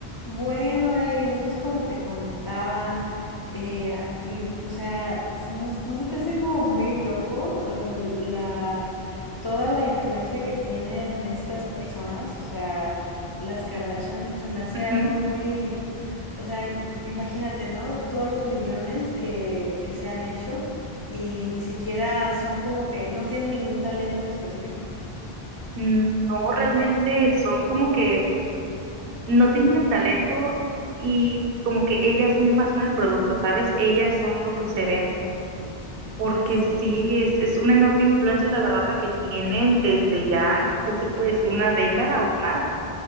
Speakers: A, on the left (about 40°); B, on the right (about 65°).
A: Bueno, Eli, entonces como te contaba, eh, a- l- o sea, s- ¿no, no se te hace como muy loco eh, la, toda la influencia que tienen estas personas? O sea, las Kardashian se me hace algo
B: Ujú.
A: muy, o sea, im- imagínate, ¿no? Todos los millones que, que se han hecho y ni siquiera son como que no tienen ningún talento en específico.
B: Mm, No, realmente son como que no tienen el talento y como que ellas mismas son el producto, ¿sabes? Ellas son lo que se vende. Porque
A: Así.
B: sí, es, es una enorme influencia, la verdad, la que tienen desde ya, ¿qué se puede decir? Una década o más.